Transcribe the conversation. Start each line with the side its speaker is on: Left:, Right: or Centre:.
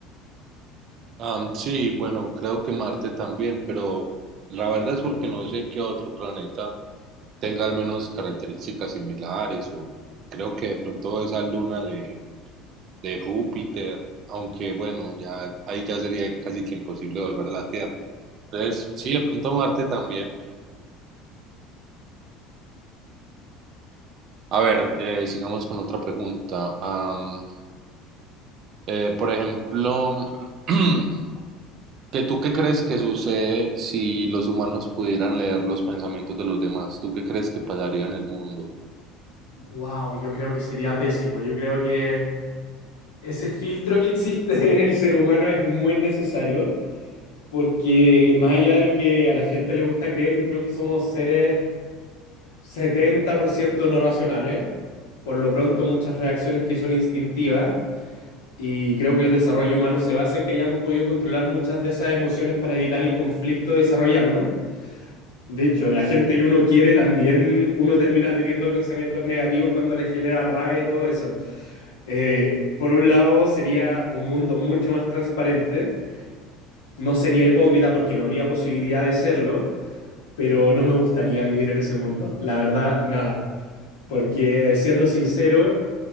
Right: Am, sí, bueno, creo que Marte también, pero la verdad es porque no sé qué otro planeta tenga al menos características similares o creo que de pronto esa luna de, de Júpiter, aunque bueno, ya ahí ya sería casi que imposible volver a la Tierra. Entonces, sí, de pronto Marte también. A ver, eh, sigamos con otra pregunta. Am, eh, por ejemplo, <clears throat> ¿Que tú qué crees que sucede si los humanos pudieran leer los pensamientos de los demás? ¿Tú qué crees que pasaría en el mundo?
Left: Wow, yo creo que sería pésimo. Yo creo que ese filtro que existe <laughs> En el ser humano es muy necesario porque más allá de lo que a la gente le gusta creer, yo creo que somos seres 70% no racionales, por lo pronto muchas reacciones que son instintivas y creo que el desarrollo humano se basa en que hayamos podido controlar muchas de esas emociones para evitar el conflicto de desarrollarnos. De hecho, la gente que uno quiere también, uno termina teniendo pensamientos negativos cuando les genera rabia y todo eso. Eh, por un lado, sería un mundo mucho más transparente. No sería hipócrita porque no habría posibilidad de serlo, pero no me gustaría vivir en ese mundo. La verdad, nada. Porque siendo sincero,